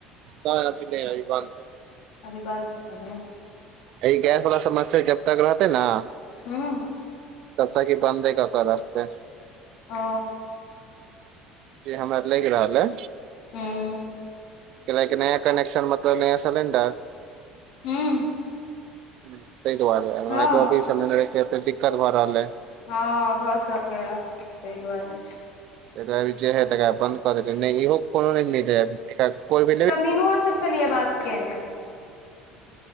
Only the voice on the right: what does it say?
कहाॅं अभी नहि अभी बंद है।
आ ई गैस वाला समस्या जब तक रहतै न
तबतक ई बन्दे कऽ कऽ रखतैय।
जे हमरा लैग रहल ए
खेनायके नया कनेक्शन मतलब नया सिलेंडर।
तैय दुआरे। हमरा
तऽ अभी सेलेन्डरके एतऽ दिक्कत भए रहल अइ
तैय दुआरे जे है तकरा बंन्द कऽ देलियै नैय इहो कोनो नैय मिलै है, एकरा कोय भी